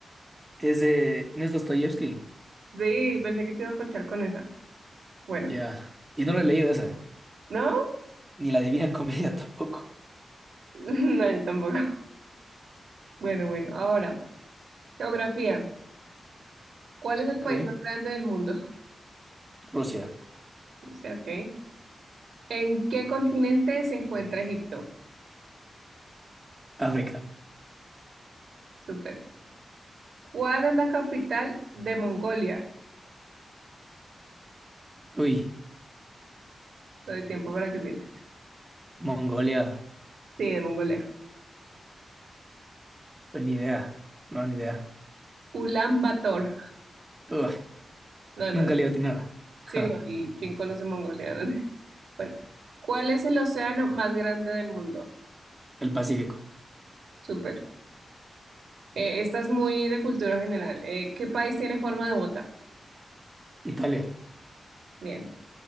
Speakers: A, on the right (about 20°); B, on the right (about 80°).
A: es de... ¿No es Dostoyevsky?
B: Sí, pensé que te iba a colchar con esa. Bueno,
A: Ya. Y no lo he leído esa.
B: ¿no? <laughs>
A: Ni La Divina Comedia <laughs> tampoco.
B: No, yo tampoco. Bueno, bueno, ahora, geografía. ¿Cuál es el
A: Ok.
B: país más grande del mundo? <laughs>
A: Rusia.
B: O sea, ok. ¿En qué continente se encuentra Egipto?
A: África.
B: Súper. ¿Cuál es la capital de Mongolia?
A: Uy,
B: Todo el tiempo para que pienses.
A: Mongolia.
B: Sí, de Mongolia.
A: Pues ni idea. No, ni idea.
B: Ulan Bator.
A: Uf.
B: No, no,
A: Nunca le iba
B: sí,
A: Ja.
B: no. ¿Y quién conoce Mongolia? <laughs> Bueno, ¿cuál es el océano más grande del mundo?
A: El Pacífico.
B: Súper. Eh, esta es muy de cultura general. Eh, ¿qué país tiene forma de bota?
A: Italia.
B: Bien.